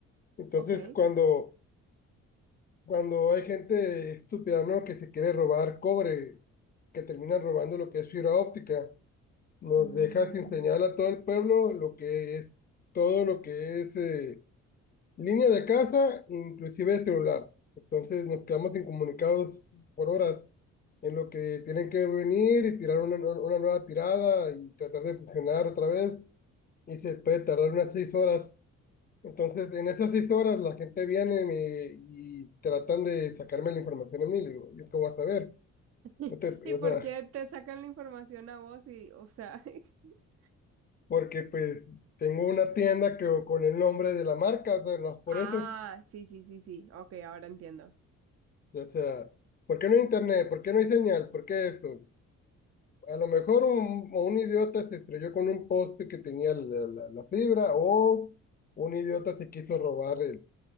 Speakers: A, on the left; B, on the right.
A: Entonces,
B: ok.
A: cuando, cuando hay gente estúpida, ¿no? Que se quiere robar cobre, que termina robando lo que es fibra óptica, nos
B: Mm,
A: deja sin señal a todo el pueblo lo que es todo lo que es eh, línea de casa, inclusive celular. Entonces nos quedamos incomunicados por horas en lo que tienen que venir y tirar una, nue- una nueva tirada y tratar de funcionar otra vez y se puede tardar unas seis horas Entonces, en esas seis horas la gente viene me- y tratan de sacarme la información a mí. Le digo, ¿yo qué voy a saber?
B: <laughs>
A: No te-
B: ¿Y
A: o
B: por
A: sea,
B: qué te sacan la información a vos y, o sea, <laughs>
A: porque pues tengo una tienda que, con el nombre de la marca, o sea, no es por
B: ah,
A: eso.
B: sí, sí, sí, sí, ok, ahora entiendo.
A: O sea, ¿por qué no hay internet? ¿Por qué no hay señal? ¿Por qué esto? A lo mejor un, o un idiota se estrelló con un poste que tenía la, la- la fibra o un idiota se quiso robar